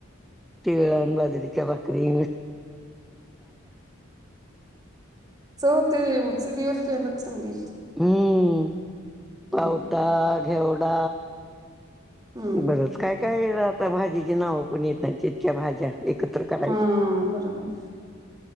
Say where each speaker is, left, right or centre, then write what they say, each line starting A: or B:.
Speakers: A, in the centre; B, on the right.
A: तिळ अन बाजरीच्या भाकरी
B: चव ते चुलीवरच्या ह्याला चांगली.
A: हम्म
B: हम्म
A: पावटा, घेवडा
B: हम्म
A: बरंच काय काय आता भाजीची नावं पण येत नाही इतक्या भाज्या एकत्र करायच्या.
B: हं बरोबर